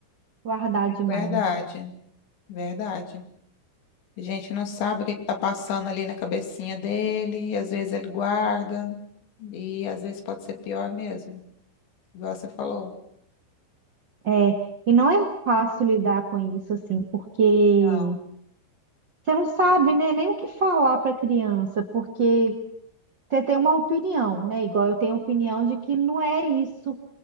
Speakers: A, on the right; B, on the left.
A: guardar demais.
B: Verdade, verdade. A gente não sabe o que está passando ali na cabecinha dele, e às vezes ele guarda, e às vezes pode ser pior mesmo, igual você falou.
A: É, e não é fácil lidar com isso, assim, porque
B: Não,
A: você não sabe, né, nem o que falar para a criança, porque você tem uma opinião, né? Igual eu tenho a opinião de que não é isso.